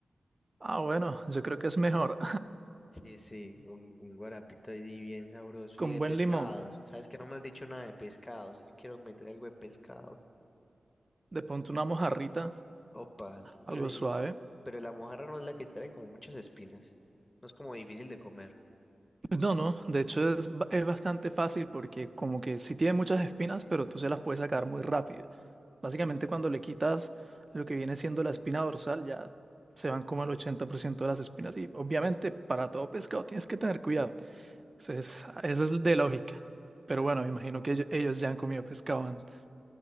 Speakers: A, on the right; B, on the left.
A: Ah, bueno, yo creo que es mejor.
B: Sí, sí, un, un guarapito ahí bien sabroso.
A: <laughs> Con
B: Y de
A: buen
B: pescados.
A: limón,
B: ¿Sabes que no me has dicho nada de pescados? Yo quiero meter algo de pescado.
A: de pronto una mojarrita,
B: Opa, eh,
A: algo suave.
B: Pero la mojarra no es la que trae como muchas espinas. No es como difícil de comer.
A: Pues No, no, de hecho es, ba- es bastante fácil porque como que sí tiene muchas espinas, pero tú se las puedes sacar muy rápido. Básicamente cuando le quitas lo que viene siendo la espina dorsal, ya se van como el 80% de las espinas. Y obviamente para todo pescado tienes que tener cuidado. Eso es, eso es de lógica. Pero bueno,
B: Ajá.
A: me imagino que ello- ellos ya han comido pescado antes.